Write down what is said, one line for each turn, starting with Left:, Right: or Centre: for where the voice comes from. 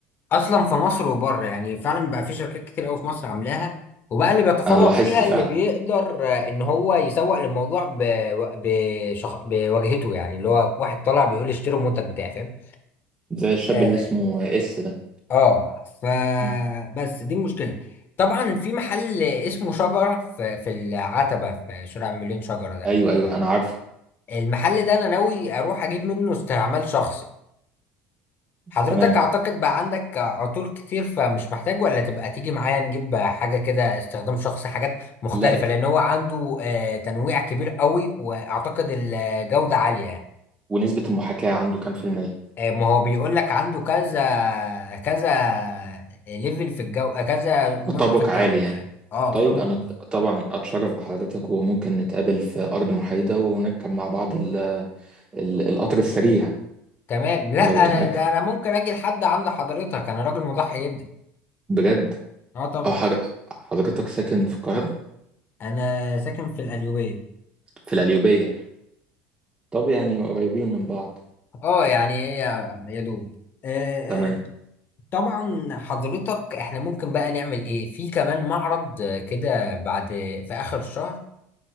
Left: اصلا في مصر وبره يعني فعلا بقى في شركات كتير قوي في مصر عاملاها وبقى اللي بيتفوق
Right: انا لاحظت
Left: فيها
Right: فعلا
Left: اللي بيقدر آه، ان هو يسوق للموضوع ب... بشخ... بواجهته يعني اللي هو واحد طالع بيقول لي اشتروا المنتج بتاعي فاهم
Right: زي الشاب
Left: اه
Right: اللي اسمه اس ده
Left: اه ف
Right: مم.
Left: بس دي المشكله طبعا في محل اسمه شجره في, في العتبه في شارع مليون شجره ده
Right: ايوه
Left: ولا
Right: ايوه انا عارفه
Left: المحل ده انا ناوي اروح اجيب منه استعمال شخصي حضرتك
Right: تمام
Left: اعتقد بقى عندك عطور كتير فمش محتاج ولا تبقى تيجي معايا نجيب حاجة كده استخدام شخصي حاجات مختلفة
Right: لا ك-
Left: لان هو عنده آه، تنويع كبير قوي واعتقد الجودة عالية يعني
Right: ونسبة المحاكاة عنده كام في المية
Left: آه، ما هو بيقول لك عنده كذا كذا ليفل في الجو آه، كذا نوع
Right: تطابق
Left: في الجودة
Right: عالي يعني
Left: يعني اه
Right: طيب
Left: تطابق
Right: أنا ط-
Left: م-
Right: طبعا أتشرف بحضرتك وممكن نتقابل في أرض محايدة ونركب مع بعض ال ال القطر السريع
Left: تمام لا
Right: لو تمك
Left: انا ده انا ممكن اجي لحد عند حضرتك انا راجل مضحي جدا
Right: بجد
Left: اه طبعا
Right: أه حر- حضرتك ساكن في القاهرة
Left: انا ساكن في القليوبية
Right: في القليوبية طب يعني قريبين من بعض
Left: اه يعني هي يا دوب آه،
Right: تمام
Left: آه، طبعا حضرتك احنا ممكن بقى نعمل ايه في كمان معرض آه، كده بعد في اخر الشهر